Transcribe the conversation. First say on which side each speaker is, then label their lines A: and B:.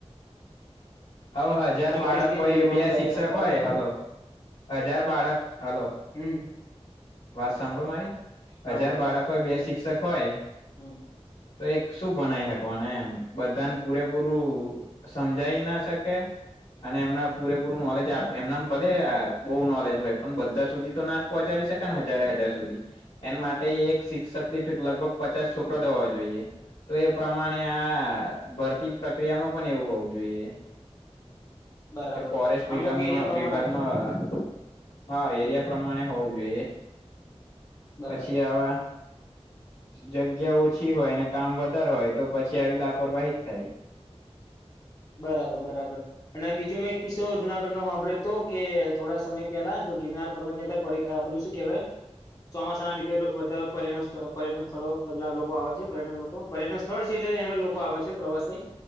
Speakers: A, on the left; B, on the left.
A: હ હજાર
B: ના
A: બાળકો
B: પડી કે જે
A: હોય
B: યુવાનો
A: બે
B: તૈયારી
A: શિક્ષક
B: કરતા
A: હોય, હલો હજાર બાળક હલો
B: હમ
A: વાત સાંભળો મારી
B: હા
A: હજાર
B: બોલો
A: બાળક હોય બે શિક્ષક હોય,
B: હમ
A: તો એક શું બનાવી શકવાના એમ બધાને પૂરેપૂરું સમજાઈી ના શકે અને એમના
B: હમ
A: પૂરેપૂરું નોલેજ એમના ભલે બહ નોલેજ હોય પણ બધા સુધી તો નાદ પહોંચાડી
B: હમ
A: શકને હજારે હજાર સુધી. એના માટે એક શિક્ષક થી લગભગ પચાસ છોકરો દ હોવા જોઈએ. તો એ પ્રમાણે આ ભરતી પ્રક્રિયામાં પણ એવું હોવું જોઈએ.
B: બરાબર
A: કે ફોરેસ્ટ
B: અમુક
A: વિમાં
B: એરિયા પ્રમાણે
A: વિભાગમાં. હા
B: હમ
A: એરિયા પ્રમાણે હોવું જોઈએ
B: બરાબર
A: પછી આવા જગ્યા ઓછી હોય ને કામ વધારે હોય તો પછી આવી લાપરવાહી જ થાય.
B: બરાબર બરાબર. અને બીજો મેં એક કિસ્સો જુનાગઢ નો સાંભળ્યો હ તો કે થોડા સમય પહેલા તો ગિરનાર પર્વત ની અંદર પ આપેલું શું કેવાય ચોમાસા ના લીધે બધા પરન પર્યટન સ્થળો એલા લોકો આવે છે પર્યટન લોકો પર્યટન સ્થળ છે એટલે લોકો આવે છે પ્રવાસે